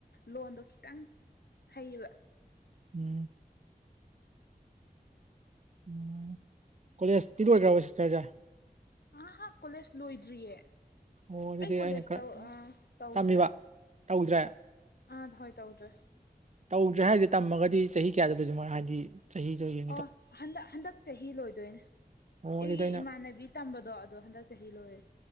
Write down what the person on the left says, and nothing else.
ꯂꯣꯟꯗꯣ ꯈꯤꯇꯪ ꯊꯩꯕ
ꯑꯥ ꯍꯥ ꯀꯣꯂꯦꯖ ꯂꯣꯏꯗ꯭ꯔꯤꯌꯦ
ꯑꯩ ꯀꯣꯂꯦꯖ
ꯇꯧ ꯇꯧꯗ꯭ꯔꯦ
ꯑꯥ ꯍꯣꯏ ꯇꯧꯗ꯭ꯔꯦ
ꯑꯥ ꯍꯟꯗꯛ ꯍꯟꯗꯛ ꯆꯍꯤ ꯂꯣꯏꯗꯣꯏꯅꯤ
ꯑꯩꯒꯤ
ꯏꯃꯥꯟꯅꯕꯤ ꯇꯝꯕꯗꯣ ꯑꯗꯣ ꯍꯟꯗꯛ ꯆꯍꯤ ꯂꯣꯏꯔꯦ